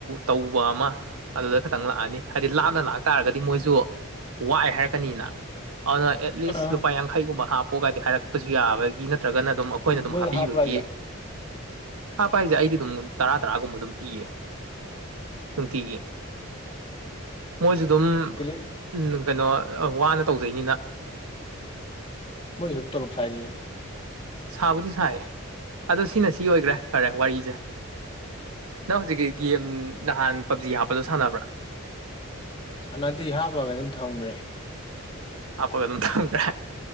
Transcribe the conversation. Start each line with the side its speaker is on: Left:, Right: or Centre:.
Right: ꯇꯧꯕ ꯑꯃ ꯑꯗꯨꯗ ꯈꯇꯪ ꯂꯥꯛꯑꯅꯤ ꯍꯥꯏꯗꯤ ꯂꯥꯞꯅ ꯂꯥꯛꯇꯥꯥꯔꯒꯗꯤ ꯃꯣꯏꯁꯨ ꯋꯥꯏ ꯍꯥꯏꯔꯛꯀꯅꯤꯅ ꯑꯗꯨꯅ ꯑꯦꯠ ꯂꯤꯁ
Left: ꯑ
Right: ꯂꯨꯄꯥ ꯌꯥꯡꯈꯩꯒꯨꯝꯕ ꯍꯥꯞꯄꯣꯒꯗꯤ ꯍꯥꯏꯔꯛꯄꯁꯨ ꯌꯥꯕꯒꯤ ꯅꯠꯇ꯭ꯔꯒꯅ ꯑꯗꯨꯝ ꯑꯩꯈꯣꯏꯅ ꯑꯗꯨꯝ
Left: ꯅꯣꯏꯗ
Right: ꯍꯥꯞꯄꯤꯕꯒꯤ
Left: ꯍꯥꯞꯄ꯭ꯔꯥ ꯍꯥꯏꯁꯦ
Right: ꯍꯥꯞꯄ ꯍꯥꯏꯁꯦ ꯑꯩꯗꯤ ꯑꯗꯨꯝ ꯇꯔꯥ ꯇꯔꯥꯒꯨꯝꯕ ꯑꯗꯨꯝ ꯄꯤꯌꯦ ꯅꯨꯡꯇꯤꯒ ꯃꯣꯏꯁꯨ ꯑꯗꯨꯝ
Left: ꯗꯤꯂꯤꯠ
Right: ꯎꯝ ꯀꯩꯅꯣ ꯋꯥꯅ ꯇꯧꯖꯩꯅꯤꯅ
Left: ꯃꯣꯏ ꯁꯨꯝ ꯇꯣꯂꯞ ꯁꯥꯏꯏꯅꯦ
Right: ꯁꯥꯕꯨꯗꯤ ꯁꯥꯏ ꯑꯗꯣ ꯁꯤꯅ ꯁꯤ ꯑꯣꯏꯈ꯭ꯔꯦ ꯐꯔꯦ ꯋꯥꯔꯤꯁꯦ ꯅꯪ ꯍꯧꯖꯤꯛꯀꯤ ꯒꯦꯝ ꯅꯍꯥꯟ ꯄꯞꯖꯤ ꯍꯥꯞꯄꯗꯣ ꯁꯥꯟꯅꯕ꯭ꯔꯥ
Left: ꯁꯥꯟꯅꯗꯤ ꯍꯥꯞꯄꯒ ꯑꯗꯨꯝ ꯊꯝꯈ꯭ꯔꯦ
Right: ꯍꯥꯞꯄꯒ ꯑꯗꯨꯝ ꯊꯝꯈ꯭ꯔꯦ